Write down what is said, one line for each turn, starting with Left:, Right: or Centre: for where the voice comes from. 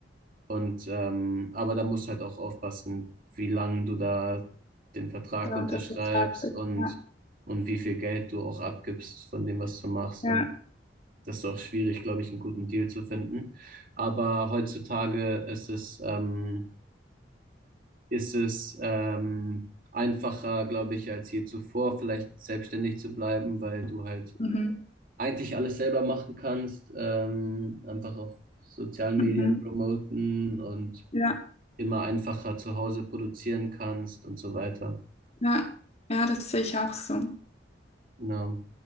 Right: und ähm, aber da musst du halt auch aufpassen, wie lang du da den Vertrag
Left: Da
Right: unterschreibst
Left: unter Vertrag bist.
Right: und
Left: Ja,
Right: und wie viel Geld du auch abgibst von dem, was du machst
Left: ja.
Right: und das ist auch schwierig, glaube ich, einen guten Deal zu finden. Aber heutzutage ist es ähm, ist es ähm, einfacher, glaube ich, als je zuvor, vielleicht selbstständig zu bleiben, weil du halt
Left: Mhm.
Right: eigentlich alles selber machen kannst, ähm, einfach auf sozialen
Left: Mhm.
Right: Medien promoten und
Left: Ja,
Right: immer einfacher zu Hause produzieren kannst und so weiter.
Left: ja. Ja, das sehe ich auch so.
Right: Genau.